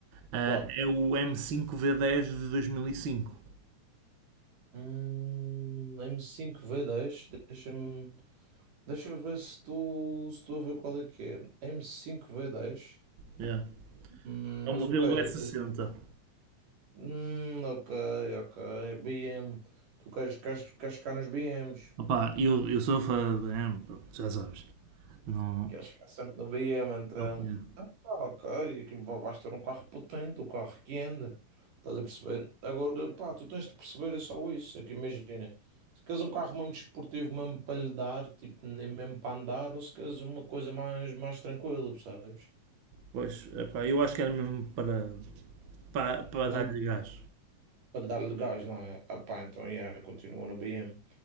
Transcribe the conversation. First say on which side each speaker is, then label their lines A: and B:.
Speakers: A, on the right; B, on the right.
A: Ah,
B: qual?
A: é o M5 V10 de 2005.
B: Hum, M5 V10, deixa-me, deixa eu ver se tu, se tu a ver qual é que é. M5 V10,
A: Yeah.
B: hum,
A: É
B: mas
A: É o modelo
B: o que é?
A: S60.
B: Hum, ok, ok. BM. Tu queres, queres, queres ficar nos BMs?
A: Opá, eu, eu sou fã de BM, pronto, já sabes. Não,
B: Queres ficar sempre no BM, então.
A: não tinha.
B: Ah, ok. E que va- vais ter um carro potente, um carro que anda. Estás a perceber? Agora, pá, tu tens de perceber é só isso. É que imagina. Se queres um carro mesmo desportivo, mesmo para lhe dar, tipo, nem mesmo para andar, ou se queres uma coisa mais, mais tranquila, percebes?
A: Pois, epá, eu acho que era mesmo para, para, para
B: Mesmo
A: dar-lhe gás.
B: para lhe dar legais, não é? Ah, pá, então, yeah, continua no BM.